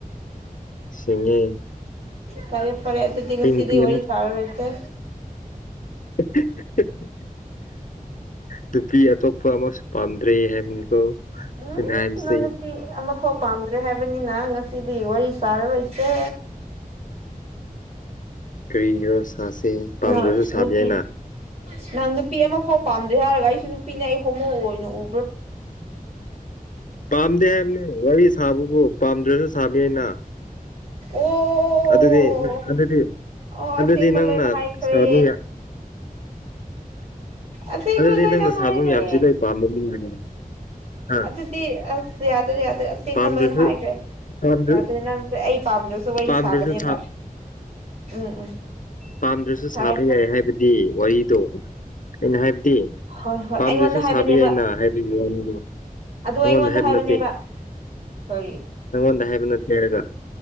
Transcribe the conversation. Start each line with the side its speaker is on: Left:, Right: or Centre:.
Left: ꯁꯤꯡꯉꯦ
Right: ꯇꯥꯏꯞ ꯇꯨꯗꯤ ꯉꯁꯤꯗꯤ
Left: ꯑꯩ ꯅꯨꯄꯤ
Right: ꯋꯥꯔꯤ
Left: ꯑꯃ
Right: ꯁꯥꯔꯔꯣꯢꯁꯦ
Left: <unintelligible> ꯅꯨꯄꯤ ꯑꯇꯣꯞꯄ ꯑꯃꯁꯨ ꯄꯥꯝꯗ꯭ꯔꯦ ꯍꯥꯏꯕꯅꯤꯀꯣ
Right: ꯎꯝ
Left: ꯑꯩꯅ ꯍꯥꯏꯕꯁꯤ
Right: ꯅꯪ ꯅꯨꯄꯤ ꯑꯃ ꯐꯥꯎ ꯄꯥꯝꯗ꯭ꯔꯦ ꯍꯥꯏꯕꯅꯤ ꯅ ꯉꯁꯤꯗꯤ ꯋꯥꯔꯤ ꯁꯥꯔꯔꯣꯏꯁꯦ
Left: ꯀ꯭ꯔꯤꯒꯤꯔꯣ ꯁꯥꯁꯦ ꯄꯥꯝꯗ꯭ꯔꯁꯨ
Right: ꯅꯪ
Left: ꯁꯥꯕ
Right: ꯅꯨꯄꯤ
Left: ꯌꯥꯏꯅ
Right: ꯅꯪ ꯅꯨꯄꯤ ꯑꯃꯐꯥꯎ ꯄꯥꯝꯗꯦ ꯍꯥꯏꯔꯒ ꯑꯩꯁꯨ ꯅꯨꯄꯤꯅꯦ ꯑꯩ ꯍꯣꯃꯣ ꯑꯣꯏꯅ ꯎ
Left: ꯄꯥꯝꯗꯦ ꯍꯥꯏꯝꯅꯦ ꯋꯥꯔꯤꯁ ꯁꯥꯕꯕꯨ ꯄꯥꯝꯗ꯭ꯔꯁꯨ ꯁꯥꯕ ꯌꯥꯢꯅ
Right: ꯑꯣ
Left: ꯑꯗꯨꯗꯤ ꯅ ꯑꯗꯨꯗꯤ
Right: ꯑꯣ
Left: ꯑꯗꯨꯗꯤ
Right: ꯑꯁꯦꯡꯕ
Left: ꯅꯪꯅ
Right: ꯂꯣꯏꯅ ꯍꯥꯏꯈ꯭ꯔꯦ
Left: ꯁꯥꯕ ꯌꯥ
Right: ꯑꯁꯦꯡꯕ
Left: ꯑꯗꯨꯗꯤ
Right: ꯂꯣꯏꯅ
Left: ꯅꯪꯅ ꯁꯥꯕ
Right: ꯍꯥꯏꯔꯦ
Left: ꯃꯌꯥꯝꯁꯤ ꯂꯣꯏ ꯄꯥꯝꯕ ꯃꯤꯅꯅꯦ ꯑ
Right: ꯑꯗꯨꯗꯤ ꯑꯁ ꯌꯥꯗ꯭ꯔꯦ ꯌꯥꯗ꯭ꯔꯦ ꯑꯁꯦꯡꯕ
Left: ꯄꯥꯝꯗ꯭ꯔꯁꯨ
Right: ꯂꯣꯏꯟ ꯍꯥꯏꯒ꯭ꯔꯦ
Left: ꯄꯥꯝꯗ꯭ꯔ
Right: ꯌꯥꯗꯦ ꯅꯪꯁꯦ ꯑꯩ ꯄꯥꯝꯗ꯭ꯔꯁꯨ ꯋꯥꯔꯤ
Left: ꯄꯥꯝꯗ꯭ꯔꯁꯨ
Right: ꯁꯥꯕꯅꯦꯕ
Left: ꯁꯥ
Right: ꯎꯝ ꯎꯝ
Left: ꯄꯥꯝꯗ꯭ꯔꯁꯨ ꯁꯥꯕ
Right: ꯐꯔꯦ ꯐꯔꯦ
Left: ꯌꯥꯏ ꯍꯥꯏꯕꯗꯤ ꯋꯥꯔꯤꯗꯣ ꯑꯩꯅ ꯍꯥꯏꯕꯗꯤ
Right: ꯍꯣꯏ ꯍꯣꯏ
Left: ꯄꯥꯝꯗ꯭ꯔꯁꯨ
Right: ꯑꯩꯉꯣꯟꯗ
Left: ꯁꯥꯕ
Right: ꯍꯥꯏꯕꯅꯦꯕ
Left: ꯌꯥꯏꯅ ꯍꯥꯏꯕꯒꯤ ꯋꯥꯔꯤꯗꯣ
Right: ꯑꯗꯨ
Left: ꯅꯉꯣꯟꯗ
Right: ꯑꯩꯉꯣꯟꯗ
Left: ꯍꯥꯏꯕ
Right: ꯍꯥꯏꯕꯅꯦꯕ
Left: ꯅꯠꯇꯦ
Right: ꯀꯔꯤ
Left: ꯅꯉꯣꯟꯗ ꯍꯥꯏꯕ ꯅꯠꯇꯦ ꯍꯥꯏꯔꯒ